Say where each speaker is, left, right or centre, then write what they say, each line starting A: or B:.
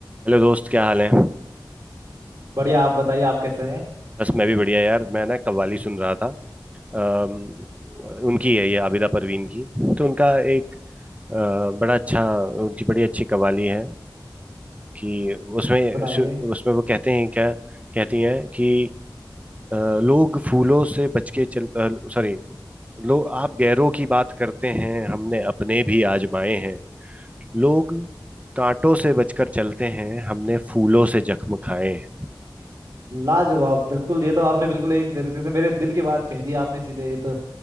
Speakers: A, on the right (about 20°); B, on the right (about 60°).
A: Hello दोस्त क्या हाल है
B: बढ़िया आप बताइए आप कैसे हैं
A: बस मैं भी बढ़िया यार मैं ना कव्वाली सुन रहा था अम्म, उनकी है ये आबिदा परवीन की तो उनका एक अ, बड़ा अच्छा उनकी बड़ी अच्छी कव्वाली है कि उसमें
B: सुनाइए
A: उसमें वो कहते हैं क्या कहती हैं कि अ, लोग फूलों से बच के चल सॉरी लोग आप गैरों की बात करते हैं हमने अपने भी आजमाए हैं लोग कांटों से बचकर चलते हैं हमने फूलों से जख्म खाए हैं
B: लाजवाब बिल्कुल ये तो आपने बिल्कुल एक तरीके से मेरे दिल की बात कह दी आपने सीधे ये तो